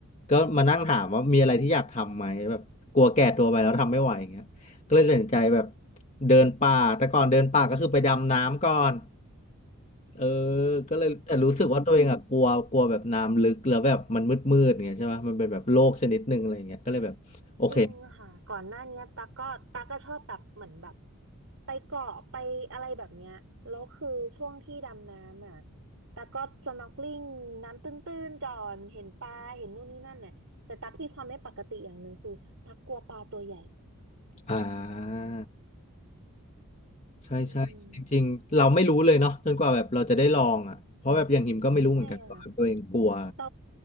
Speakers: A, on the left; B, on the right.
A: ก็มานั่งถามว่ามีอะไรที่อยากทำไหมแบบกลัวแก่ตัวไปแล้วทำไม่ไหว ก็เลยตัดสินใจแบบเดินป่าแต่ก่อนเดินป่าก็คือไปดำน้ำก่อนเออก็เลยแต่รู้สึกว่าตัวเองอะกลัวกลัวแบบน้ำลึกแล้วแบบมันมืดมืดอย่างเงี้ยใช่ปะมันเป็นแบบโลกชนิดหนึ่งอะไรอย่างเงี้ยก็เลยแบบโอเค
B: ม จริงค่ะก่อนหน้าเนี้ยตั๊กก็ตั๊กก็ชอบแบบเหมือนแบบไปเกาะไปอะไรแบบเนี้ยแล้วคือช่วงที่ดำน้ำอ่ะตั๊กก็สน็อก e l i n น้ำตื้นๆก่อนเห็นปลาเห็นนู่นนี่นั่นน่ะแต่ตั๊กมีความไม่ปกติอย่างหนึ่งคือตั๊กกลัวปลาตัวใหญ่
A: อ่าใช่ใช่จริงๆเราไม่รู้เลยเนาะจนกว่าแบบเราจะได้ลองอ่ะเพราะแบบอย่างหิมก็ไม่รู้เหมือนกันว่าแบบตัวเองกลัว
B: อืมใช่ค่ะ ต